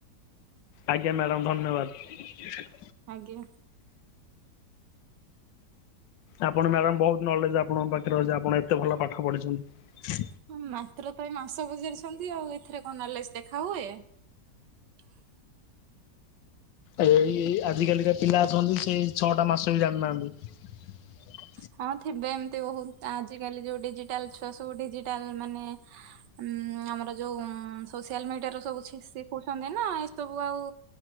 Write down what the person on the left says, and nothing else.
ଆଜ୍ଞା ମ୍ୟାଡ଼ାମ ଧନ୍ୟବାଦ।
ଆପଣ ମ୍ୟାଡାମ ବହୁତ ନଲେଜ ଆପଣଙ୍କ ପାଖରେ ଅଛି ଆପଣ ଏତେ ଭଲ ପାଠ ପଢିଛନ୍ତି।
ଏଇ ଆଜିକାଲିକା ପିଲା ଅଛନ୍ତି ସେଇ ଛଅଟା ମାସ ବି ଜାଣିନାହାନ୍ତି।